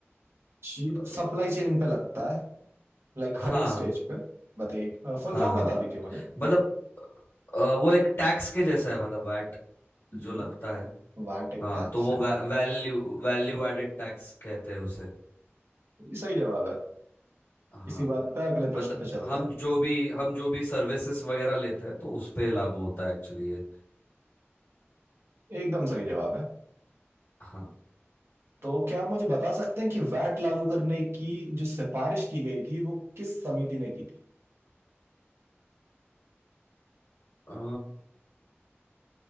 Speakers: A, on the right; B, on the left.
A: जी
B: अ,
A: सप्लाई चेन पे लगता है लाइक
B: हाँ
A: हर एक स्टेज पे बताइए फुल
B: हाँ
A: फॉर्म
B: हाँ
A: बता दीजिए मुझे
B: मतलब अ, वो एक टैक्स के जैसा है मतलब वैट
A: जी
B: जो लगता है
A: वैट एक
B: हाँ
A: टैक्स
B: तो वो
A: है
B: वै, वैल्यू वैल्यू एडेड टैक्स कहते हैं उसे
A: ये सही जवाब है
B: हाँ
A: इसी बात पे अगले प्रश्न
B: मतलब
A: पे चलते
B: हम
A: हैं
B: जो भी हम जो भी सर्विसेज वगैरह लेते हैं तो उस पे लागू होता है एक्चुअली ये
A: एकदम सही जवाब है
B: हाँ।
A: तो क्या आप मुझे बता सकते हैं कि वैट लागू करने की जो सिफारिश की गई थी वो किस समिति ने की थी
B: अ,